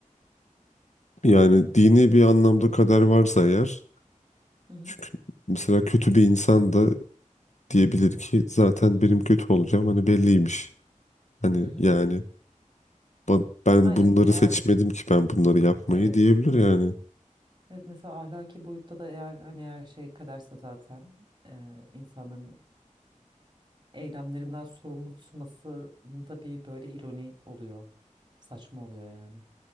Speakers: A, on the left; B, on the right.
A: Yani dini bir anlamda kader varsa eğer
B: Hı hı.
A: çünkü mesela kötü bir insan da diyebilir ki zaten benim kötü olacağım hani belliymiş. Hani
B: Hı hı.
A: yani ben ben
B: Aynen
A: bunları
B: eğer
A: seçmedim ki ben bunları yapmayı
B: evet.
A: diyebilir yani.
B: Evet mesela ahlaki boyutta da eğer hani her şey kaderse zaten e, insanların eylemlerinden sorumlu tutmasında bir böyle ironi oluyor. Saçma oluyor yani.